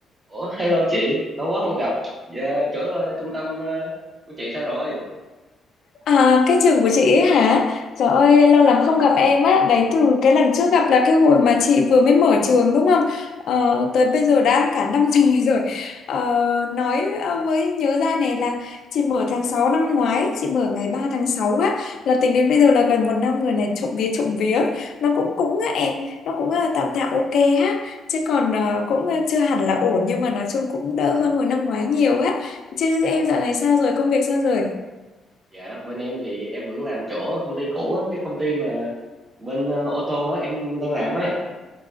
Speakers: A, on the right; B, on the left.
A: Ủa, hello chị, lâu quá không gặp. Dạ, chỗ ờ, trung tâm ờ, của chị sao rồi?
B: À, cái trường của chị ấy hả? Trời ơi, lâu
A: Rồi.
B: lắm không gặp em á. Đấy từ cái lần trước gặp là cái hồi mà chị vừa mới mở trường đúng không? Ờ, tới bây giờ đã cả năm <laughs> trời rồi. Ờ, nói ờ, mới nhớ ra này là chị mở tháng 6 năm ngoái, chị mở ngày 3 tháng 6 á. Là tính đến bây giờ là gần một năm rồi này, trộm vía trộm vía. Nó cũng cũng á em, nó cũng ờ, tạm tạm ok á. Chứ còn ờ, cũng ờ, chưa hẳn là ổn nhưng mà nói chung cũng đỡ hơn hồi năm ngoái nhiều á. Chứ em dạo này sao rồi, công việc sao rồi?
A: Dạ, bên em thì em vẫn làm chỗ ở công ty cũ á, cái công ty mà bên ờ, ô tô á, em đang làm á.